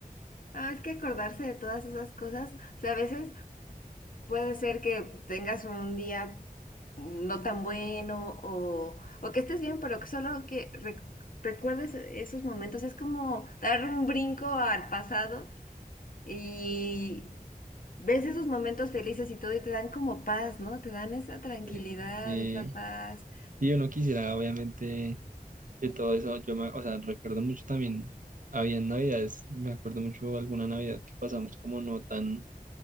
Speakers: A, on the left (about 65°); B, on the right (about 60°).
A: Ah, es que acordarse de todas esas cosas, o sea, a veces puede ser que tengas un día no tan bueno o, o que estés bien, pero que solo que re- recuerdes esos momentos es como dar un brinco al pasado Y ves esos momentos felices y todo y te dan como paz, ¿no? Te dan esa tranquilidad,
B: Sí, sí,
A: esa paz.
B: y uno quisiera, obviamente y todo eso, yo me, o sea, recuerdo mucho también, había navidades, me acuerdo mucho alguna navidad que pasamos como no tan,